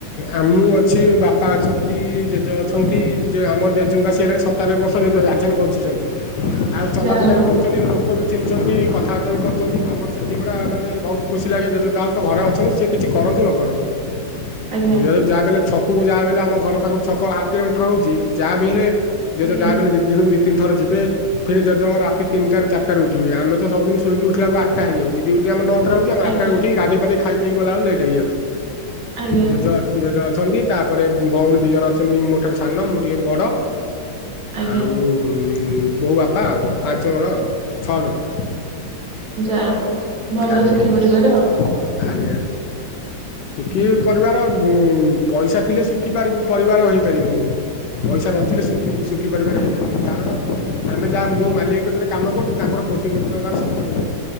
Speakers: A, on the left; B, on the right.
A: ଆ ମୁଁ ଅଛି ବାପା ଅଛନ୍ତି ଜେଜେ ଅଛନ୍ତି ଆମର ଜେଜେଙ୍କ ଆସି ହେଲାଣି ସତାନବେ ବର୍ଷ <unintelligible> ଆଜିଯାକେ ବଞ୍ଚିଛନ୍ତି ଆଉ ଚଲାବୁଲା
B: ଯାହା ହଉ
A: ବି କରୁଛନ୍ତି ଲୋ ଲୋକ ବି ଚିହ୍ନିଛନ୍ତି କଥାବାର୍ତା ବି କରୁଛନ୍ତି ଆମର ସେଠି ଗୁଡ଼ା ମାନେ ବହୁତ ଖୁସି ଲାଗେ ଜେଜେ ଯାହା ହଉ ତ ଘରେ ଅଛନ୍ତି। ସେ କିଛି କରନ୍ତୁ ନ କରନ୍ତୁ
B: ଆଜ୍ଞା
A: ଉଁ ଯାହାବି ହେଲେ ଛକକୁ ଯାହା ବି ହେଲେ ଆମ ଘର ପାଖରୁ ଛକ ହାଫ୍ କିଲୋମିଟର ହଉଛି ଯାହା ବି ହେଲେ ଜେଜେ
B: ଆଜ୍ଞା
A: ଯାହା ବି ହେଲେ ଦିନକୁ ଦି ତିିନି ଥର ଯିବେ ପୁଣି ଜେଜେଙ୍କ ରାତିି ତିନି ଟାରୁ ଚାରି ଟାରୁ ଉଠିବେ। ଆମେ ତ ସବୁଦିନ ଶୋଇକି ଉଠିଲା ବେଳକୁ ଆ ଆଟା ହେଇଯାଉଛି। ଡିଉଟି ଆମ ନଟାରେ ହଉଚି ଆମେ ଆଠଟାରୁ
B: ଆଜ୍ଞା
A: ଉଠି ଗାଧେଇ ପାଦେଇ ଖାଇ ପିଇ ଗଲା ବେଳକୁ ଲେଟ ହେଇଯାଉଛି।
B: ଆଜ୍ଞା
A: ଜେଜ ଜେଜ ଅଛନ୍ତି ତାପରେ ଭଉଣୀ ଦି ଜଣ ଅଛନ୍ତି ମୋ ଠାରୁ ସାନ ମୁଁ ଟିକେ ବଡ଼
B: ଆଜ୍ଞା
A: ଆଉ ବୋଉ ବାପା ଆଉ ପାଞ୍ଚ ଜଣ ଆଉ ଛଅ ଜଣ।
B: ଯା ହଉ ଭଲ
A: ଆଜ୍ଞା
B: ଶୁଖିପରିବାର ଆଉ।
A: ଆଜ୍ଞା। ଶୁଖି ପରିବାର ଉ ପଇସା ଥିଲେ ଶୁଖି ପା ପରିବାର ହେଇପାରିବନି। ପଇସା ନଥିଲେ ଶୁଖି ଶୁଖିପାରିବାର ହେଇପାରିବେ କାରଣ ଆମେ ଯାହା ଯୋଉ ମାଲିକ କତିରେ କାମ କରୁଛୁ ତାଙ୍କର କୋଟି କୋଟି ଟଙ୍କାର ସମ୍ପତ୍ତି।